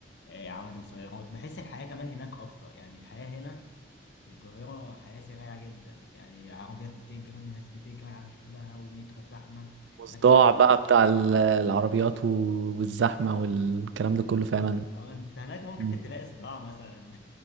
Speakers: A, on the left; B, on the right.
A: آه، عوادم سيارات بحس الحياة كمان هناك أبطأ يعني الحياة هنا في القاهرة حياة سريعة جدا يعني عربيات بتجري وناس بتجري على شغلها ومترو زحمة
B: والصداع
A: هناك بقى
B: بقى بتاع ال- العربيات و- والزحمة والكلام ده كله
A: بالظبط
B: فعلا
A: أو أنت هناك ممكن
B: مم.
A: تلاقي صداع مثلا